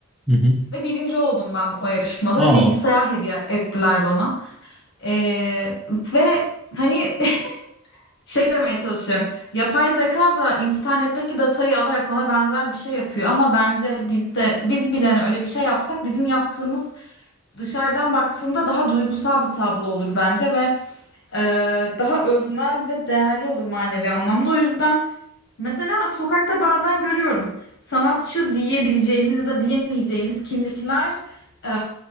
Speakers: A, in the centre; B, on the left (about 60°).
A: Hı hı.
B: Ve birinci oldum ben o yarışmada
A: Aa.
B: ve bilgisayar hediye ettiler bana. Ee, ve hani <laughs> şey demeye çalışıyorum. Yapay zeka da internetteki datayı alarak ona benzer bir şey yapıyor ama bence biz de biz bile hani öyle bir şey yapsak bizim yaptığımız dışarıdan baktığında daha duygusal bir tablo olur bence ve e, daha öznel ve değerli olur manevi anlamda. O yüzden Mesela sokakta bazen görüyorum sanatçı diyebileceğimiz ya da diyemeyeceğimiz kimlikler e,